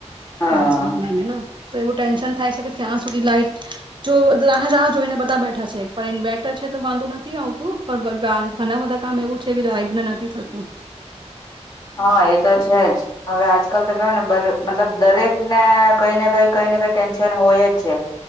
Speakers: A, on the left (about 35°); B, on the right (about 45°).
A: હા
B: ટ્રાન્સફ તો એવું ટેન્શન થાય છે કે ક્યાં સુધી લાઈટ જો રાહ રાહ જોઈને બધા બેઠા છે પણ ઇન્વેર્ટર છે તો વાંધો નથી આવતું પણ ઘણા બધા કામ એવું છે કે લાાઈટને નથી થતું
A: હા એ તો છે જ હવે આજકાલ તો કેવય ને મતલબ દરેક ને કઈ ને કઈ કઈ ને કઈ ટેન્શન હોય જ છે